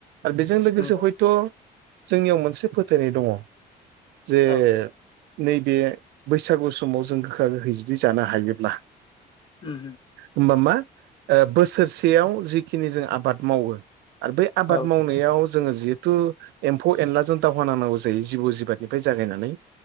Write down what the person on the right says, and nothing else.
ओ बेजों लोगोसे
हयथ' थ' जोंनिआव मोनसे फोथायनाय दङ जे
नैबे बैसागु समाव जों गोखा गोखै जुदि जानो हायोब्ला
होमबा मा बोसोरसेआव जिखिनि जों आबाद मावो आर बे आबाद
मावनायाव जोङो जिहेथु एम्फौ एनलाजों दावहा नांनांगौ जायो जिबौ जिबाथनिफ्राय जागायनानै